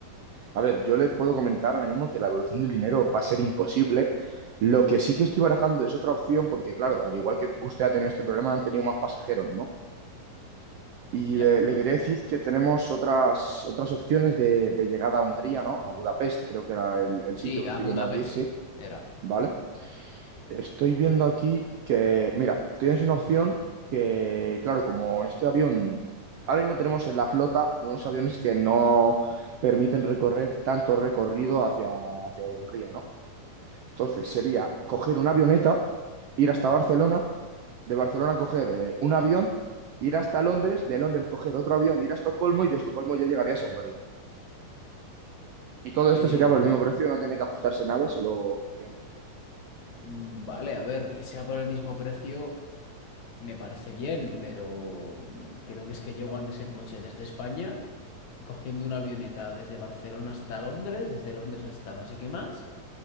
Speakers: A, on the right; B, on the left.
A: A ver, yo le puedo comentar ahora mismo que la devolución del dinero va a ser imposible. Lo que sí que estoy barajando es otra opción, porque claro, al igual que usted ha tenido este problema, han tenido más pasajeros, ¿no? Y
B: Ya,
A: le,
B: bueno.
A: le quería decir que tenemos otras, otras opciones de, de llegada a Hungría, ¿no? A Budapest, creo que era el, el sitio
B: Sí,
A: que
B: a
A: estoy
B: Budapest
A: viendo aquí, sí,
B: era.
A: ¿vale? Estoy viendo aquí que, mira, tienes una opción que, claro, como este avión, ahora mismo tenemos en la flota unos aviones que no permiten recorrer tanto recorrido hacia, hacia Hungría, ¿no? Entonces sería coger una avioneta, ir hasta Barcelona, de Barcelona coger eh, un avión, ir hasta Londres, de Londres coger otro avión, ir a Estocolmo y de Estocolmo ya llegarías a Hungría. Y todo
B: Eh,
A: esto sería por el mismo precio, no tiene que ajustarse nada, se lo ajustaríamos nosotros.
B: Mm, Vale, a ver, que sea por el mismo precio me parece bien, pero mm, creo que es que llego antes en coche desde España y cogiendo una avioneta desde Barcelona hasta Londres, desde Londres hasta no sé qué más